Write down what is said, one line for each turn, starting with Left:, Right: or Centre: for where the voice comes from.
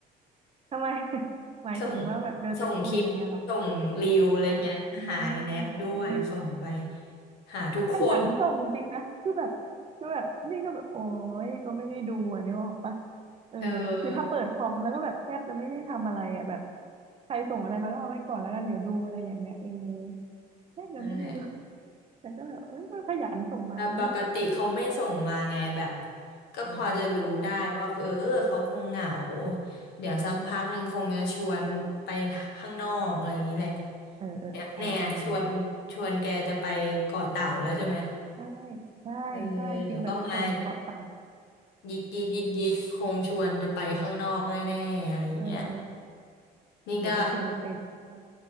Right: <laughs> ทำไม <laughs> หมายถึงว่าแบบเดินไปคุยอย่างเงี้ยเหรอ
Left: ส่งส่งคลิปส่งรีวอะไรเงี้ยหายแนะด้วยส่งไป
Right: อ๋อเออ
Left: หาทุกคน
Right: ขยันส่งจริงนะคือแบบคือแบบนี่ก็แบบโอ้ยก็ไม่ได้ดูอ่ะเนี่ยออกปะเออคือถ้าเปิดคอมแล้วก็แบบแทบจะไม่ได้ทำอะไรอ่ะแบบ
Left: เออ
Right: ใครส่งอะไรมาก็เอาไว้ก่อนแล้วกันเดี๋ยวดูอะไรอย่างเงี้ยเออแทบจะไม่ได้ดู
Left: นั่นแหละ
Right: แต่ก็แบบเออมันขยันส่งมาเลยว
Left: แต่ปกติเขาไม่ส่งมาไงแบบก็พอจะรู้ได้ว่าเออเขาคงเหงา
Right: อกาแฟ
Left: เดี๋ยวสักพักหนึ่งคงจะชวนไปข้างนอกอะไรอย่างนี้แหละ
Right: เออเอออะไรประมาณนั้น
Left: เนี่ยเนี่ยชวนชวนแกจะไปเกาะเต่าแล้วใช่ไหม
Right: ใช่ใช่ใช่ฟิลแบบส่งเกาะเต่ามา
Left: เออเดี๋ยวก็มายิกยิกยิกยิกคงชวนจะไปข้างนอกแน่ๆอะไรอย่างเงี้ย
Right: เออ
Left: นี่ก็
Right: เดี๋ยวไปชวนในเต็ม <laughs> เออ